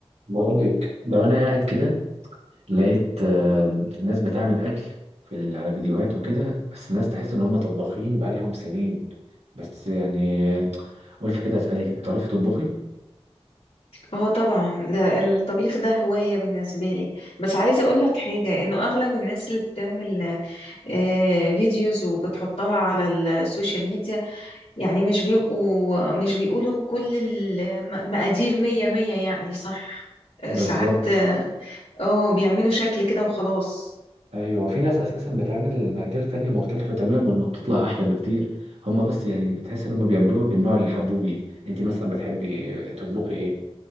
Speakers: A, on the right; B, on the left.
A: بقول لك لو انا قاعد كده لقيت آه، الناس بتعمل اكل في ال- على فيديوهات وكده بس الناس تحس ان هم طباخين بقالهم سنين بس يعني آه، قلت كده اسالك انت تعرفي تطبخي
B: اه طبعا ده الطبيخ ده هواية بالنسبة لي بس عايزة اقول لك حاجة انه اغلب الناس اللي بتعمل آه، فيديوز وبتحطها على السوشيال ميديا يعني مش بيبقوا مش بيقولوا كل المقادير مية مية يعني صح آه،
A: بالظبط
B: ساعات اه آه، بيعملوا شكل كده وخلاص
A: ايوه وفي ناس اساسا بتعمل مقادير تانية مختلفة تماما وبتطلع احلى بكتير هم بس يعني تحس ان هم بيعملوها بالنوع اللي حبوه بيه انت مثلا بتحبي تطبخي ايه